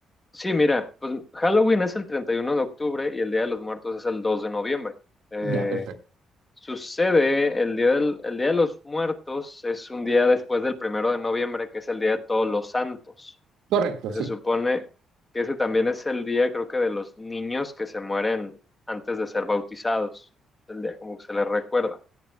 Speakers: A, on the left (about 20°); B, on the right (about 85°).
A: Sí, mira, pues Halloween es el 31 de octubre y el Día de los Muertos es el 2 de noviembre. Eh,
B: Ya, perfecto.
A: sucede, el día, del- el día de los Muertos es un día después del primero de noviembre, que es el Día de Todos los Santos.
B: Correcto,
A: que
B: sí.
A: se supone que ese también es el día, creo que, de los niños que se mueren antes de ser bautizados. El día como que se les recuerda.